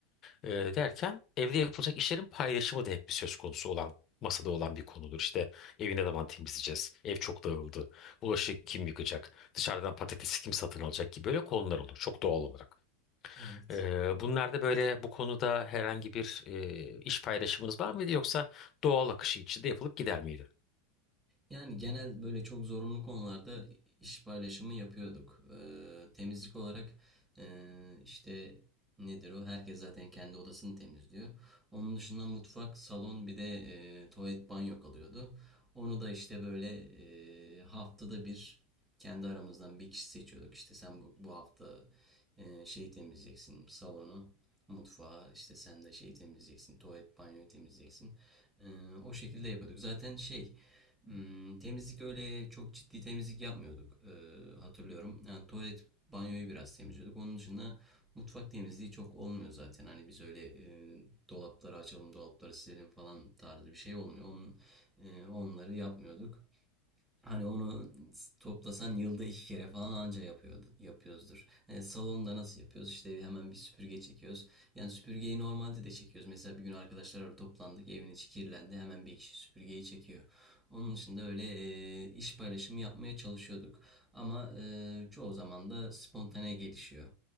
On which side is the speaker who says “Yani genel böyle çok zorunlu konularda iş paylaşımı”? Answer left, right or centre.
Right